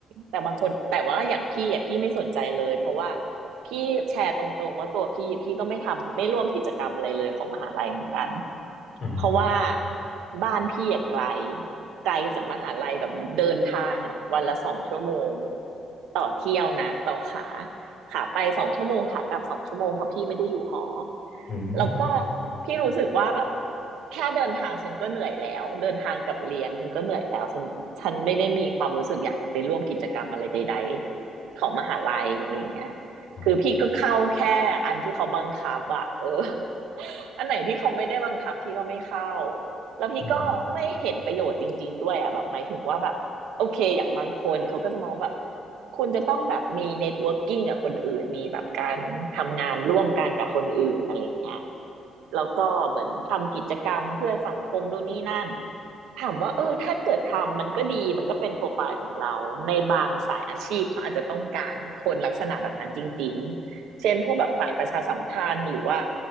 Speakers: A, on the right (about 85°); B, on the left (about 45°).
A: แต่บางคนแต่ว่าอย่างพี่อ่ะพี่ไม่สนใจเลยเพราะว่าพี่แชร์ตรงๆว่าตัวพี่พี่ก็ไม่ทำไม่ร่วมกิจกรรมอะไรเลยของมหาลัยเหมือนกัน
B: อืม
A: เพราะว่าบ้านพี่อ่ะไกลไกลจากมหาลัยแบบเดินทางอ่ะวันละสองชั่วโมงต่อเที่ยวนะต่อขา ขาไปสองชั่วโมงขากลับสองชั่วโมงเพราะพี่ไม่ได้อยู่หอ
B: อืม
A: แล้วก็พี่รู้สึกว่าแบบแค่เดินทางฉันก็เหนื่อยแล้วเดินทางกับเรียนฉันก็เหนื่อยแล้วฉันฉันไม่ได้มีความรู้สึกอยากจะไปร่วมกิจกรรมอะไรใดๆของมหาลัยอะไรอย่างเงี้ย
B: อืม
A: คือพี่ก็เข้าแค่อันที่เขาบังคับอะเออ <laughs> อันไหนที่เขาไม่ได้บังคับพี่ก็ไม่เข้าแล้วพี่ก็ไม่เห็นประโยชน์จริงๆด้วยอะแบบหมายถึงว่าแบบโอเคอย่างบางคนเขาก็จะมองแบบ
B: อืม
A: คุณจะต้องแบบมี networking กงกับคนอื่น มีแบบการทำงานร่วมกันกับคนอื่นอะไรเงี้ย แล้วก็เหมือนทำกิจกรรมเพื่อสังคมนู่นนี่นั่นถามว่าเออถ้าเกิดทำมันก็ดีมันก็เป็นโปรไฟล์ของเราในบางสายอาชีพเขาอาจจะต้องการคนลักษณะแบบนั้นจริงๆเช่นพวกแบบฝ่ายประชาสัมพันธ์หรือว่า